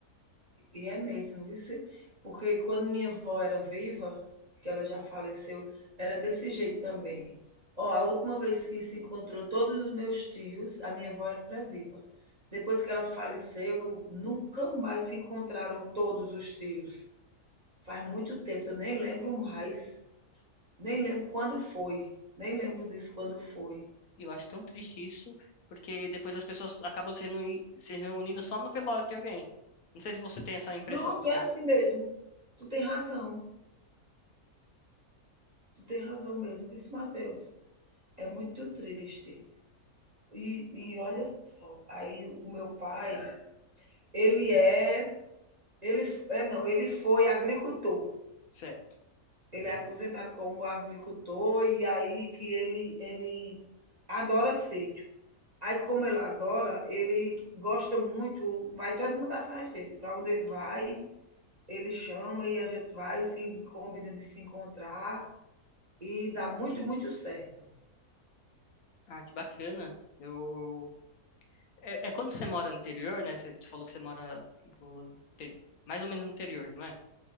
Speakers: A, on the right; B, on the left.
A: E é mesmo, viu se porque quando minha avó era viva, que ela já faleceu, era desse jeito também. Ó, a última vez que se encontrou todos os meus tios, a minha avó era viva. Depois que ela faleceu, nunca mais se encontraram todos os tios. Faz muito tempo, eu nem lembro mais, nem lembro quando foi, nem lembro disso quando foi.
B: E eu acho tão triste isso, porque depois as pessoas acabam se, reuni- se reunindo só no velório de alguém. Não sei se você tem essa impressão
A: Pronto,
B: também.
A: é assim mesmo. Tu tem razão, tu tem razão mesmo, vixe Mateus, é muito triste. E e olha só, aí o meu pai, ele é ele f é não, ele foi agricultor,
B: Certo.
A: ele é aposentado como agricultor e aí que ele ele adora sítio. Aí, como ele adora, ele gosta muito, vai todo mundo atrás dele. Para onde ele vai, ele chama e a gente vai, se combina de se encontrar e dá muito, muito certo.
B: Ah, que bacana. Eu É, é quando você mora no interior, né? Você, você falou que você mora tipo, ter- mais ou menos no interior, não é?